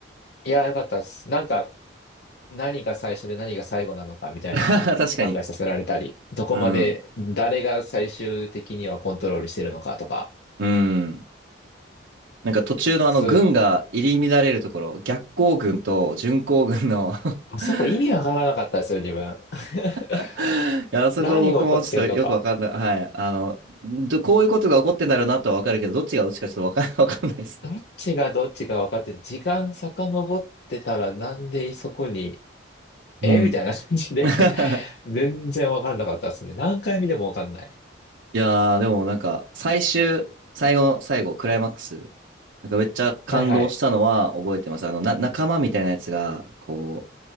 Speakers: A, on the left; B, on the right.
A: いやー、よかったです。なんか、何が最初で何が最後なのかみたいな考えさせられたり、
B: <laughs> 確かに。
A: どこまで誰が最終的にはコントロールしてるのかとか、
B: うん。うん。なんか途中のあの軍が入り乱れるところ、
A: す
B: 逆行軍と巡航軍の <laughs>
A: あそこ意味わからなかったですよ、自分。<laughs>
B: いや、あそこ僕もちょっとよくわかんない。
A: 何が起こってんのか。
B: はい。あの、どこういうことが起こってんだろうなとはわかるけど、どっちがどっちかちょっとわかん、<laughs> わかんないですね。
A: どっちがどっちか分かってて、時間遡ってたらなんでそこに、
B: うん。
A: えみたいな感じで
B: <laughs>
A: <laughs> 全然分かんなかったですね。何回見ても分かんない。
B: いやー、でもなんか、最終、最後の最後、クライマックス、なんかめっちゃ感動したのは覚えてます。
A: はいはい。
B: あの、な、仲間みたいなやつが、こ